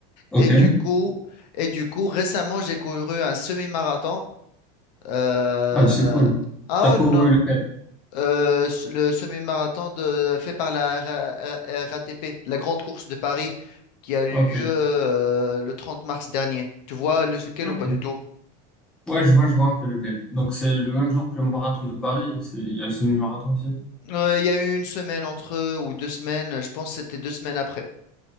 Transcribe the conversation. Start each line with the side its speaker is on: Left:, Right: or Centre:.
Centre: Ok.
Left: Et du coup, et du coup, récemment, j'ai couru un semi-marathon. Euh,
Centre: Ah, mais c'est cool.
Left: ah
Centre: T'as couru
Left: oh, non.
Centre: lequel?
Left: Euh, s- le semi-marathon de- fait par la RA- RATP, la grande course de Paris, qui a eu
Centre: Ok.
Left: lieu euh, le 30 mars dernier. Tu vois lequel
Centre: Ok.
Left: ou pas du tout?
Centre: Ouais, je vois, je vois un peu lequel. Donc, c'est le même jour que le marathon de Paris. c'est- Il y a le semi-marathon aussi.
Left: Euh, Il y a eu une semaine entre eux, ou deux semaines, je pense que c'était deux semaines après.